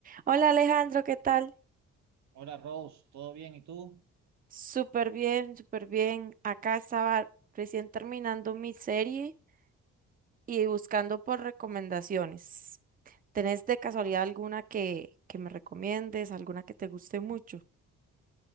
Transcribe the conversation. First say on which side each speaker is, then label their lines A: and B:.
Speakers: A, on the right; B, on the right.
A: Hola Alejandro, ¿qué tal?
B: Hola Rose, ¿todo bien? ¿Y tú?
A: Súper bien, súper bien. Acá estaba recién terminando mi serie y buscando por recomendaciones. ¿Tenés de casualidad alguna que, que me recomiendes, alguna que te guste mucho?